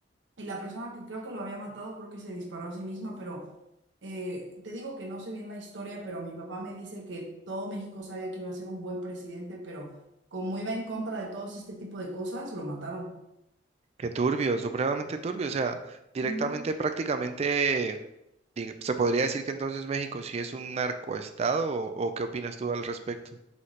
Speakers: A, on the right; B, on the right.
A: Y la persona que creo que lo había matado, creo que se disparó a sí misma, pero eh, te digo que no sé bien la historia, pero mi papá me dice que todo México sabía que iba a ser un buen presidente, pero como iba en contra de todos este tipo de cosas, lo mataron.
B: Qué turbio, supremamente turbio. O sea, directamente,
A: Ujú.
B: prácticamente, di- se podría decir que entonces México sí es un narcoestado o, o qué opinas tú al respecto.